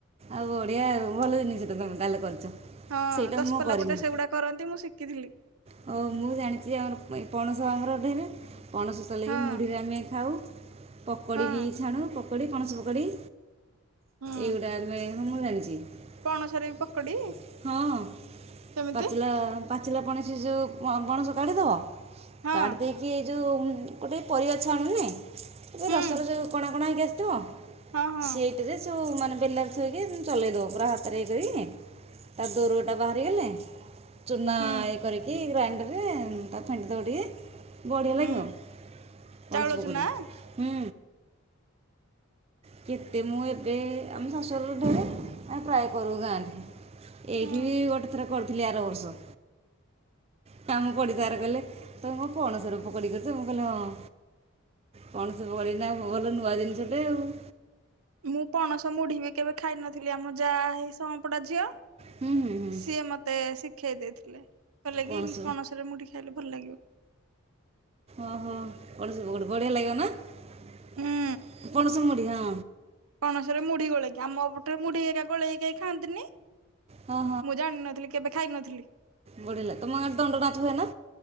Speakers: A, on the right (about 30°); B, on the right (about 80°).
A: ଆଉ ବଢିଆ ଭଲ ଜିନିଷଟା ତମେ ତାହେଲେ କରିଛ।
B: ହଁ
A: ସେଇଟା
B: ଦଶପଲା
A: ମୁଁ କରିନି
B: ପଟେ ସେଗୁଡା କରନ୍ତି ମୁଁ ଶିଖିଥିଲି।
A: ହଉ ମୁଁ ଜାଣିଛି ଆମର ପଣସ ଆଙ୍କର ଅଠେଇରେ ପଣସ ସଲେଇ
B: ହଁ
A: ମୁଢ଼ିରେ ଆମେ ଖାଉ। ପକୋଡ଼ି
B: ହଁ
A: ବି ଛାଣୁ ପକୋଡ଼ି ପଣସ ପକୋଡ଼ି।
B: ହୁଁ।
A: ଏଉଡା <unintelligible>
B: ପଣସରେ ବି ପକୋଡି
A: ହଁ
B: କେମିତି
A: ପାଚିଲା ପାଚିଲା ପଣସ ଯୋଉ ପଣସ କାଢ଼ିଦେବା।
B: ହଁ
A: କାଢ଼ି ଦେଇକି ଜି ଏ ଯେଉଁ ଗୋଟେ ପରିବା ଛାଆଣୁନେ ଏବେ
B: ହୁଁ
A: ରସ ର ଯୋଉ କଣା କଣା ହେଇକି ଆସିଥିବ
B: ହଁ ହଁ
A: ସେ ରେ ସବୁ ମାନେ ବେଲାରେ ଥୋଇକି ଚଲେଇଦବ ପୁରା ହାତରେ ହେଇକିରି। ତା ଦୋରୁଅ ଟା ବାହାରିଗଲେ ଚୂନା
B: ହୁଁ
A: ଇଏ କରିକି ଗ୍ରାଇଣ୍ଡରରେ ତା ଫେଣ୍ଡି ଦବ ଟିକେ। ବଢ଼ିଆ
B: ହୁଁ।
A: ଲାଗିବ ପଣସ
B: ଚାଉଳ
A: ପକୋଡ଼ି।
B: ଚୁନା
A: ହୁ। କେତେ ମୁଁ ଏବେ ଆମ ଶାଶୁରରୁ ଦୂର ଆମେ ଟ୍ରାଏ କରିବୁ ଗାଁରେ। ଏଇଠି
B: ହୁଁ
A: ଗୋଟେ ଥରେ କରିଥିଲି ଆର ବର୍ଷ। କାମ ପ ତାର କହଲେ ତମେ କଣ ପଣସ ରୁ ପକୁଡି କରୁଛ, ମୁଁ କହିଲି ହଁ। କଣ ସବୁ <unintelligible> ଭଲ ନୂଆ ଜିନିଷଟେ ଆଉ।
B: ମୁଁ ପଣସ ମୁଢି ବି କେବେ ଖାଇ ନଥିଲି ଆମ ଯାହା ହେଇ ସୁଆଁ ପଡା ଝିଅ।
A: ହୁଁ ହୁଁ
B: ସିଏ ମତେ ଶିଖେଇ ଦେଇଥିଲେ। କହିଲେ
A: ପଣସ
B: କି ପଣସରେ ମୁଢି ଖାଇଲେ ଭଲ ଲାଗିବ
A: ଓହୋ ପଣସ ପକୁଡି ବଢିଆ ଲାଗିବ, ନା
B: ହୁଁ
A: ପଣସ ମୁଢି ହଁ।
B: ପଣସରେ ମୁଢି ଗୋଳେଇକି, ଆମ ପଟରେ ମୁଢି ଏରା ଗୋଳେଇକି କେହି ଖାଆନ୍ତିନି।
A: ହଁ
B: ମୁଁ ଜାଣିନଥିଲି କେବେ ଖାଇ ନଥିଲି।
A: ବଢିଲ ତମ ଗାଁରେ ଦଣ୍ଡ ନାଚ ହୁଏନା?